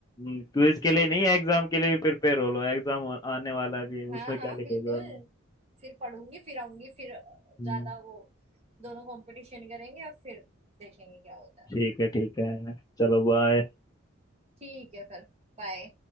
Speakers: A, on the left; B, on the right.
A: क्विज के लिए नहीं एग्जाम के लिए भी प्रिपेयर हो लो एग्जाम आने वाला है भी
B: हाँ
A: उसमें
B: हाँ
A: क्या लिखोगे
B: बिल्कुल
A: वरना
B: फिर पढ़ूंगी फिर आऊंगी फिर अ,
A: हम्म,
B: ज्यादा वो दोनों कंपटीशन करेंगे और फिर देखेंगे क्या होता है
A: ठीक है ठीक है चलो बाय
B: ठीक है फिर बाय